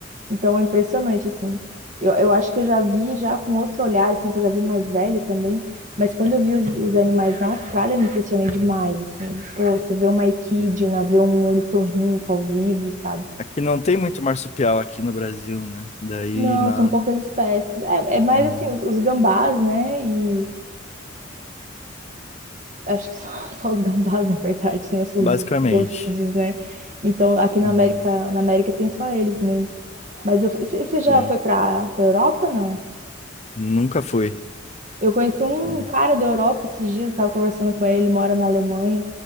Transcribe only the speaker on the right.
Então é impressionante, assim. Eu, eu acho que eu já vi já com outro olhar, assim, que eu já vi mais velho também. Mas quando eu vi os, os animais na Austrália, eu me impressionei demais, assim. Pô, você vê uma equidna,
vê um ornitorrinco ao vivo, sabe?
Não,
são poucas espécies. É, é mais
assim, os, os gambás, né? E acho que só, <laughs> só os gambás, na verdade, né? São
os delfídeos, né? Então, aqui na
América, na América tem só eles mesmo. Mas eu, fui- você você já
foi para a Europa, não?
Eu conheci um
cara da Europa esses dias, eu tava conversando com ele, ele mora na Alemanha,